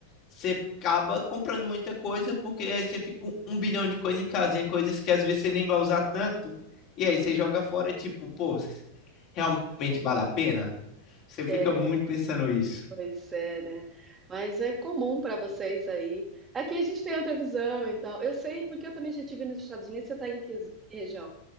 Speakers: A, on the left; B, on the right.
A: você acaba comprando muita coisa, porque aí você fica com um bilhão de coisas em casa, e é coisas que às vezes você nem vai usar tanto, e aí você joga fora, tipo, pô, realmente vale a pena? Você
B: É,
A: fica muito pensando isso.
B: pois é, né? Mas é comum pra vocês aí. Aqui a gente tem outra visão, então. Eu sei porque eu também já estive nos Estados Unidos. Você tá em que, que região?